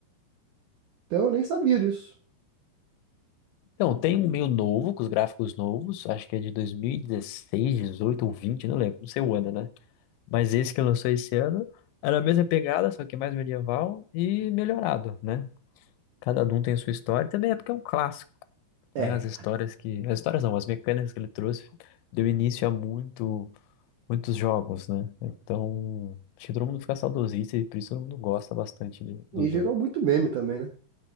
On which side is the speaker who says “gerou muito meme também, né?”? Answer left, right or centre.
Right